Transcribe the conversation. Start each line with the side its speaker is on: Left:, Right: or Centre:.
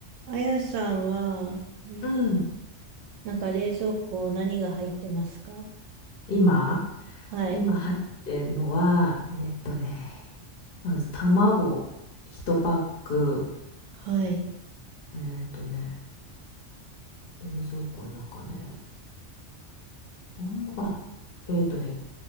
Right: あやさんは、ん
Left: うん。
Right: なんか冷蔵庫何が入ってますか
Left: 今、
Right: はい。
Left: 今入ってんのは、えっとね、まず卵一パック、
Right: はい。
Left: えっとね、冷蔵庫の中ね、あんま、あ、えっとね、